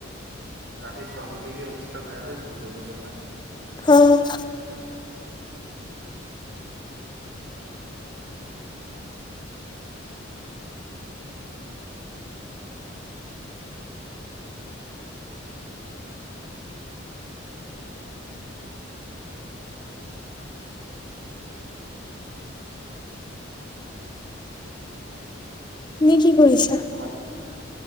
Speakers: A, on the right (about 65°); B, on the left (about 25°).
A: ৰাতি ছবি লেকে অৱস্থা নাই হয় ফোন কৰিব য ত পা
B: অহ তুমি কি কৰিছা?
A: ভাল,